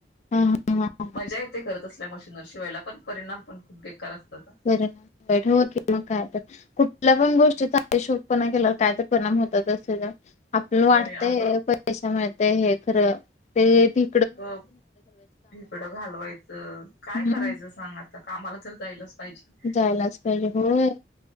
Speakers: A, on the left; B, on the left.
A: हम्म हम्म.
B: मजा येते खरं तसल्या मशीनवर शिवायला पण परिणाम पण खूप बेकार असतात अ.
A: बर <unintelligible> मग काय तर. कुठल्या पण गोष्टीचा अतिशोकपणा केल्यावर काय तर परिणाम होतातच तेजा. आपलं वाटतय
B: होय अगं
A: पैशे मिळतय हे खरं ती
B: गप इकडं घालवायचं काय
A: हम्म
B: करायचं सांग आ ता कामाला तर जायलाच पाहिजे.
A: जायलाच पाहिजे होय.